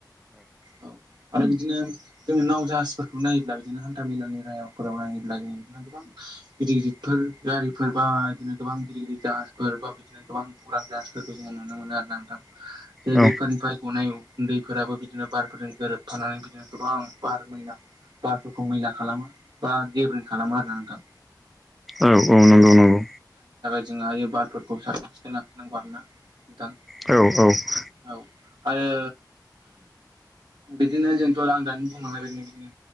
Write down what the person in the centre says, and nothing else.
औ
औ औ नंगौ नंगौ
औ औ औ